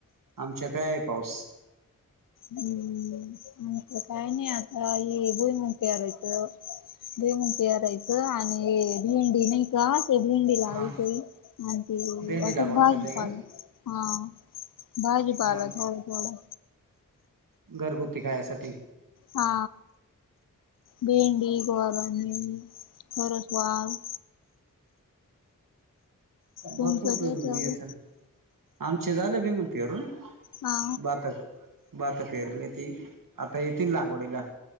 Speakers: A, on the right; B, on the left.
A: आमच्याकड आहे पाऊस
B: हम्म आमच काही नाही आता हे भुईमूग पेरायचं भुईमूग पेरायचं आणि हे भेंडी नाही गा ते भिंडी लाविते
A: हा
B: आणि ते
A: भेंडी
B: असंच
A: लागवड
B: भाजीपालं
A: चाललीय का
B: हा भाजीपाला
A: मग
B: थोडा थोडा
A: घरगुती खायासाठी
B: हा भेंडी गोरानी परत वॉल
A: भरपूर
B: तुमचं काय चालू
A: येचल आमचे झाले भुईमुंग पेरून
B: हा
A: भातात भातात पेरल्याती आता येतील लागवडीला